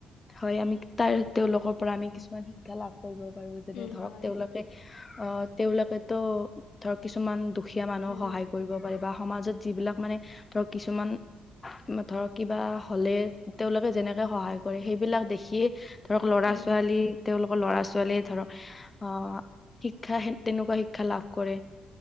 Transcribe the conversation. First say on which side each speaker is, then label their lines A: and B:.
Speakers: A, on the left; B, on the left.
A: হয়, আমি তাৰ তেওঁলোকৰ পৰা আমি কিছুমান শিক্ষা লাভ কৰিব পাৰোঁ যেনে
B: উম
A: ধৰক
B: হয়
A: তেওঁলোকে অ' তেওঁলোকেতো ধৰ কিছুমান দুখীয়া মানুহক
B: উম
A: সহায় কৰিব পাৰে। বা সমাজত যিবিলাক মানে ধৰ কিছুমান ধৰক কিবা হ'লে তেওঁলোকে যেনেকে সহায় কৰে সেইবিলাক দেখিয়ে। ধৰক ল'ৰা
B: উম
A: ছোৱালী তেওঁলোকৰ ল'ৰা ছোৱালীয়ে ধৰক আহ। শিক্ষা সেই তেনেকুৱা শিক্ষা লাভ কৰে।